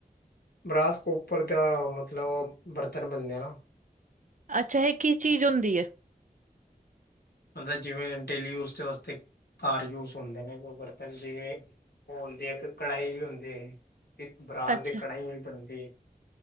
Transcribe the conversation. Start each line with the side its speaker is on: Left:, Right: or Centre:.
Left: ਬਰਾਸਕੋਪਰ ਦਾ ਅ ਮਤਲਬ ਓ ਬਰਤਨ ਬਣਦੇ ਆਨਾ।
Right: ਅੱਛਾ! ਇਹ ਕੀ ਚੀਜ਼ ਹੁੰਦੀ ਏ?
Left: ਮਤਲਬ, ਜਿਵੇਂ ਡੇਲੀ ਯੂਜਡ ਵਾਸਤੇ ਘਰ ਯੂਜ ਹੁੰਦੇ ਨੇ ਉਹ ਬਰਤਨ ਸਿਗੇ। ਉਹ ਹੁੰਦੀ ਹੈ। ਇੱਕ ਕੜਾਹੀ ਵੀ ਹੁੰਦੇ ਏ, ਤੇ ਇੱਕ ਪਰਾਤ
Right: ਅੱਛਾ,
Left: ਕੜਾਹੀਆ ਵੀ ਬਣਦੀ ਏ।